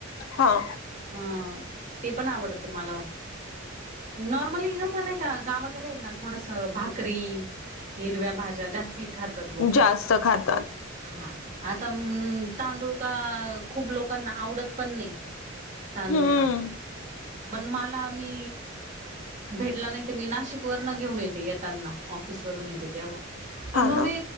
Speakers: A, on the left; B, on the right.
A: हो.
B: हं ते पण आवडत मला. नॉर्मली तस नाही. गावाकडेय ना. थोडस भाकरी. हिरव्या भाज्या जास्ती खात त्यात लोक.
A: जास्त खातात
B: हा. आता अम्म तांदूळका खूप लोकांना, आवडत पण नाही. तांदूळ
A: हम्म
B: का. पण मला मी भेटला नाही त. मी नाशिक वर्ण घेऊन येते. येताना. ऑफिस वरून येते तेव्हा. पण
A: हा
B: मग
A: ना
B: मी